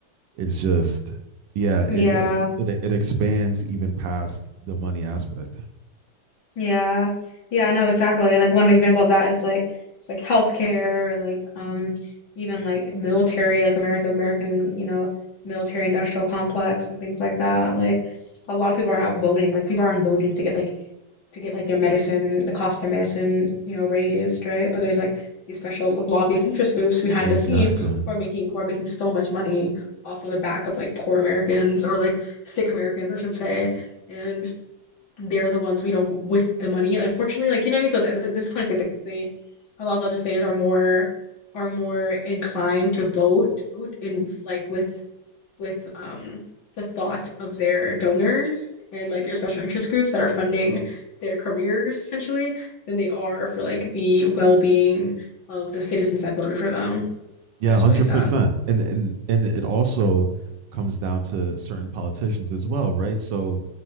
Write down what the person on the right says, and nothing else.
it's just, yeah,
it like it it expands even past the money aspect.
Exactly.
Yeah,
one hundred
percent. And and and it also comes down to certain politicians as well, right? So